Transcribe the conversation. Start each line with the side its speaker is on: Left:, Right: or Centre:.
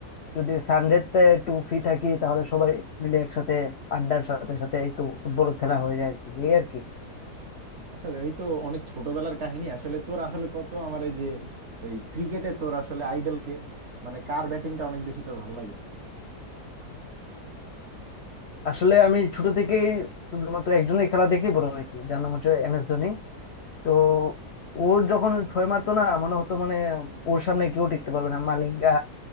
Left: যদি সানডেতে একটু ফ্রি থাকি তাহলে সবাই মিলে একসাথে আড্ডার সাথে সাথে একটু ফুটবল খেলা হয়ে যায় আর কি এই আর কি
Right: আচ্ছা এই তো অনেক ছোটবেলার কাহিনী আসলে তোর আসলে কত আমার এই যে এই ক্রিকেটে তোর আসলে আইডল কে মানে কার ব্যাটিংটা অনেক বেশি তোর ভালো লাগে
Left: আসলে আমি ছোট থেকেই শুধুমাত্র একজনের খেলা দেখে বড় হয়েছি যার নাম হচ্ছে এম এস ধোনি তো ওর যখন ছয় মারতো না মনে হতো মানে ওর সামনে কেউ টিকতে পারবে না মালিঙ্গা